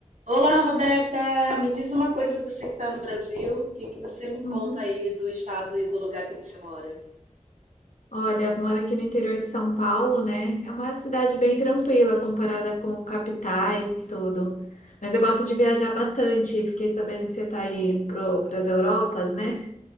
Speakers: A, on the right; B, on the left.
A: Olá, Roberta! Me diz uma coisa, você que está no Brasil, o que que você me conta
B: Uhum.
A: aí do estado e do lugar que você mora?
B: Olha, eu moro aqui no interior de São Paulo, né? É uma cidade bem tranquila comparada com capitais, tudo. Mas eu gosto de viajar bastante. Fiquei sabendo que você está aí para as Europas, né?